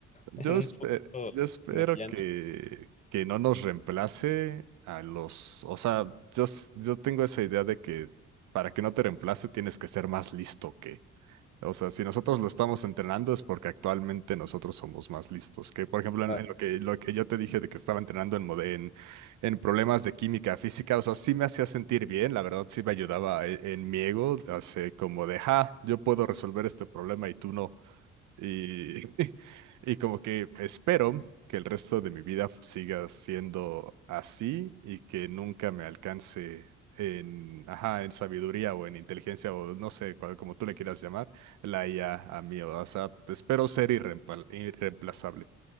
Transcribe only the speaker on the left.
en un
futuro
mediano.
Ah,